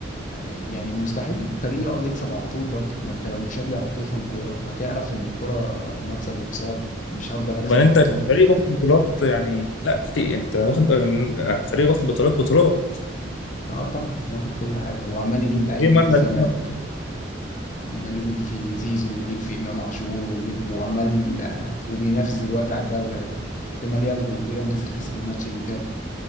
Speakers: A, on the left; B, on the left.
A: يعني مستحيل فريق يقعد يكسب على طول برضه ما انت لو مشجع وبتفهم كوره هتعرف ان الكوره مكسب وخساره مش هفضل اكسب
B: وبعدين
A: على
B: انت
A: طول
B: فريق واخد بطولات يعني لا كتير انت واخد آه، فريق واخد بطولات بطولات
A: اه طبعا واخد كل حاجه وعمال يجيب لعيبه
B: طبيعي مرة
A: الزمالك
B: عليك مرة.
A: عمال يجيب في زيزو ويجيب في امام عاشور ويجيب وعمال آه، وبينافس دلوقتي على الدوري اهو احتمال ياخده وبيراميدز خسر الماتش اللي فات